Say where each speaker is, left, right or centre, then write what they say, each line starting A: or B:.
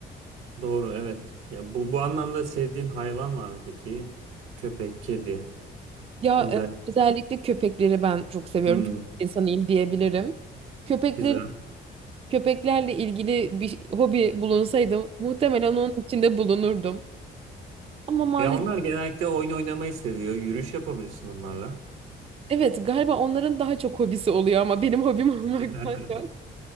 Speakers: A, on the right; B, on the right.
A: Doğru, evet. Ya bu bu anlamda sevdiğin hayvan var mı peki? Köpek, kedi,
B: Ya
A: özel.
B: e, özellikle köpekleri ben çok seviyorum.
A: Hmm,
B: Köpek insanıyım diyebilirim. Köpekleri
A: güzel.
B: köpeklerle ilgili bir hobi bulunsaydı muhtemelen onun içinde bulunurdum. Ama maalesef
A: Ya onlar genellikle oyun oynamayı seviyor. Yürüyüş yapabilirsin onlarla.
B: Evet galiba onların daha çok hobisi oluyor ama benim hobim <laughs> olmaktan
A: <laughs>
B: çok